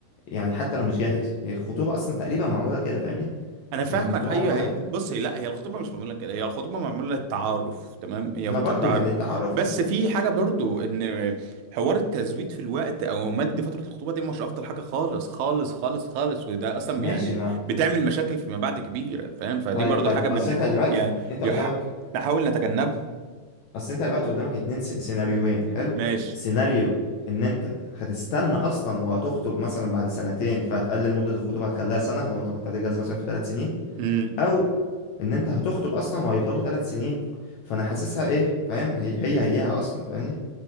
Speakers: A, on the left (about 80°); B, on the right (about 80°).
A: يعني حتى لو مش جاهز هي الخطوبة أصلا تقريبا معمولة كده فاهمني
B: انا فاهمك
A: يعني الخطوبة
B: ايوه
A: معمولة
B: هي بص هي لا هي الخطوبه مش معموله كده هي الخطوبه معموله للتعارف تمام هي
A: ما
B: فتره
A: برضو
B: تعارف
A: يعني التعارف
B: بس في حاجه برضو ان حوار التزويد في الوقت او مد فتره الخطوبه دي مش افضل حاجه خالص خالص خالص خالص وده اصلا
A: ماشي
B: يعني
A: ما
B: بتعمل مشاكل فيما بعد كبيره فاهم فدي
A: طيب
B: برضو
A: طيب
B: حاجه بالح...
A: اصل انت دلوقتي
B: يعني
A: انت
B: يح...
A: قدامك
B: نحاول نتجنبها
A: اصل انت دلوقتي قدامك اتنين سين- سيناريوهين حلو
B: ماشي
A: سيناريو ان انت هتستنى اصلا وهتخطب مثلا بعد سنتين فهتقلل مدة الخطوبة هتخليها سنة لو انت كنت هتتجوز مثلا في ثلاث سنين
B: امم
A: او ان انت هتخطب اصلا وهيفضلوا ثلاث سنين فانا حاسسها ايه فاهم هي هي هيها اصلا فاهمني